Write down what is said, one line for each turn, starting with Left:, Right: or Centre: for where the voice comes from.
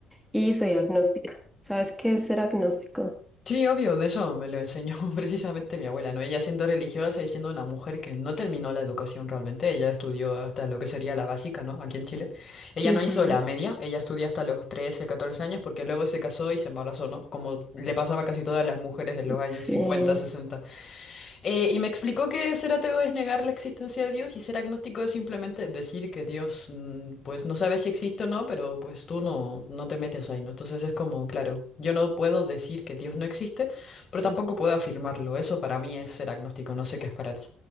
Centre: Y soy agnóstica. ¿Sabes qué es ser agnóstico?
Left: Sí, obvio, de eso me lo enseñó <laughs> precisamente mi abuela, ¿no? Ella siendo religiosa y siendo una mujer que no terminó la educación realmente, ella estudió hasta lo que sería la básica, ¿no? Aquí en Chile. Ella
Centre: Ujú,
Left: no hizo la media, ella estudió hasta los 13, 14 años porque luego se casó y se embarazó, ¿no? Como le pasaba a casi todas las mujeres en los años
Centre: Sí.
Left: 50, 60. Eh, y me explicó que ser ateo es negar la existencia de Dios y ser agnóstico es simplemente decir que Dios, mm, pues no sabe si existe o no, pero pues tú no, no te metes ahí, ¿no? Entonces es como, claro, yo no puedo decir que Dios no existe, pero tampoco puedo afirmarlo. Eso para mí es ser agnóstico, no sé qué es para ti.